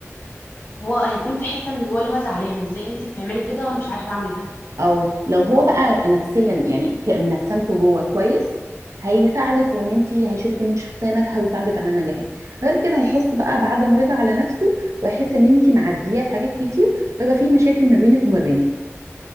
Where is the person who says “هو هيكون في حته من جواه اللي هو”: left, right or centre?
Left